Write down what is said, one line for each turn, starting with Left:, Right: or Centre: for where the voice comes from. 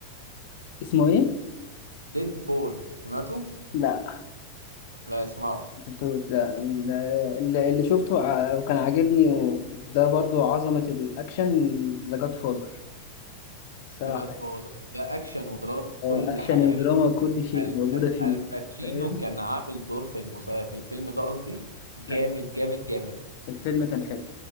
Left: اسمه ايه؟
Right: ديد بول سمعته
Left: لا
Right: لا اسمعه
Left: شفته ده ال- ال- اللي شفته ع- وكان عاجبني وده برضو عظمة الأكشن ذا جاد فازر الصراحة
Right: لا جاد فوز ده اكشن ودراما
Left: اه
Right: كل
Left: أكشن
Right: حاجه
Left: ودراما كل شيء
Right: ال-
Left: موجودة
Right: ال-
Left: فيه
Right: الباتشينو
Left: فاهم؟
Right: كان عامل دور في المسا... في الفيلم ده قصدي جامد
Left: لا
Right: جامد جامد
Left: الفيلم كان حلو